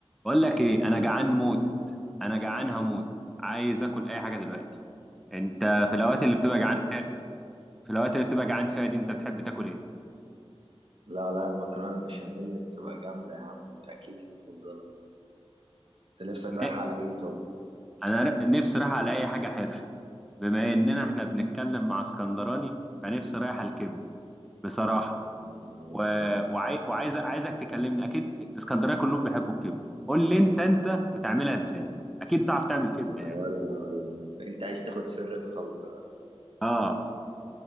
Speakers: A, in the centre; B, on the right.
A: بقول لك ايه انا جعان موت انا جعان هموت عايز اكل اي حاجه دلوقتي انت في الاوقات اللي بتبقى جعان فيها في الاوقات اللي بتبقى جعان فيها دي انت بتحب تاكل ايه
B: لا لا المكرونة البشاميل بتبقى جامدة يا عم دي أكلتي المفضلة أنت نفسك
A: م-
B: رايح على إيه طب؟
A: انا ر- نفسي رايح على اي حاجه حرشه بما اننا احنا بنتكلم مع اسكندراني فنفسي رايح على الكبده بصراحه
B: آه،
A: و... وعاي... وعايز عايزك تكلمني اكيد اسكندريه كلهم بيحبوا الكبده قول لي انت انت بتعملها ازاي اكيد بتعرف تعمل كبده
B: ولا
A: يعني
B: ولا أنت عايز تاخد سر الخلطة
A: اه